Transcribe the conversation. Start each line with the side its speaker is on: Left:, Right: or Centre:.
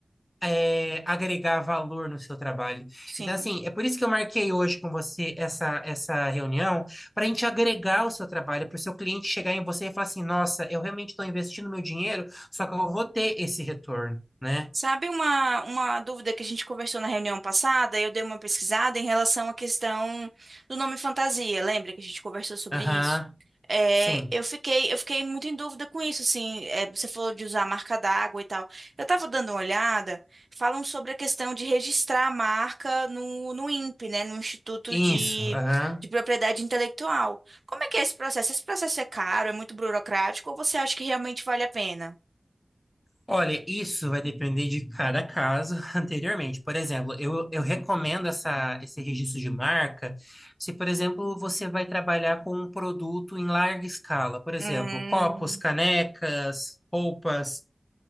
Left: eh, agregar valor no seu trabalho?
Right: sim.
Left: Então, assim, é por isso que eu marquei hoje com você essa, essa reunião, para a gente agregar o seu trabalho, para o seu cliente chegar em você e falar assim: nossa, eu realmente estou investindo meu dinheiro, só que eu vou ter esse retorno. Né?
Right: Sabe uma, uma dúvida que a gente conversou na reunião passada? Eu dei uma pesquisada em relação à questão do nome fantasia. Lembra que a gente conversou sobre
Left: Aham,
Right: isso? É,
Left: sim,
Right: eu fiquei, eu fiquei muito em dúvida com isso, assim. É, você falou de usar a marca d'água e tal. Eu estava dando uma olhada, falam sobre a questão de registrar a marca no, no INPE, né? No Instituto
Left: isso,
Right: de,
Left: aham.
Right: de Propriedade Intelectual. Como é que é esse processo? Esse processo é caro, é muito burocrático, ou você acha que realmente vale a pena?
Left: Olha, isso vai depender de cada caso <laughs> anteriormente. Por exemplo, eu, eu recomendo essa, esse registro de marca se, por exemplo, você vai trabalhar com um produto em larga escala. Por exemplo,
Right: Hum,
Left: copos, canecas, roupas.